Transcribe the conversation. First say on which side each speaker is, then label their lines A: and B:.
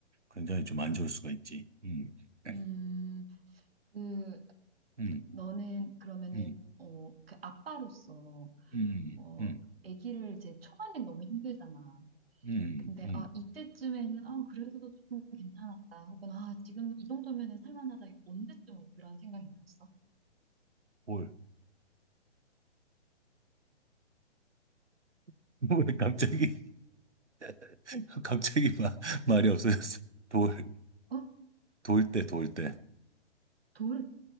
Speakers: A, on the right (about 85°); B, on the right (about 55°).
A: 굉장히 좀 안 좋을 수가 있지. 음, 네.
B: 음, 그,
A: 음,
B: 너는 그러면은,
A: 음,
B: 어, 그 아빠로서,
A: 음,
B: 어,
A: 음,
B: 아기를 이제 초반엔 너무 힘들잖아.
A: 음,
B: 근데,
A: 음,
B: 아, 이때쯤에는, 아, 그래도 조금 괜찮았다. 혹은, 아, 지금 이 정도면은 살만하다. 언제쯤 뭐 그런 생각이 들었어?
A: 돌. <laughs> 왜 갑자기, <laughs> 갑자기 마, 말이 없어졌어. 돌,
B: 어?
A: 돌 때, 돌 때.
B: 돌,